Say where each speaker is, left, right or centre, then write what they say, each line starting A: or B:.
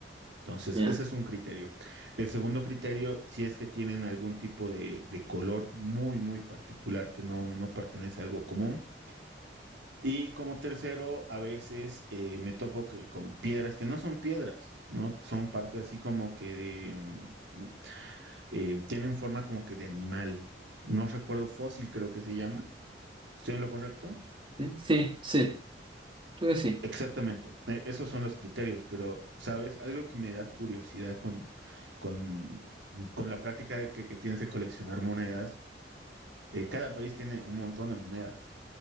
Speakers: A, on the right; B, on the right.
A: Entonces,
B: Ya.
A: ese es un criterio. El segundo criterio, si es que tienen algún tipo de, de color muy, muy particular que no, no pertenece a algo común. Y como tercero, a veces eh, me topo que con piedras que no son piedras, ¿no? Son parte así como que de, mm, eh, tienen forma como que de animal. No recuerdo fósil, creo que se llama. ¿Estoy en lo correcto?
B: Sí, sí, sí, creo que sí.
A: Exactamente. Eh, esos son los criterios, pero, ¿sabes? Algo que me da curiosidad con, con, con la práctica de que, que tienes de coleccionar monedas. eh, cada país tiene un montón de monedas.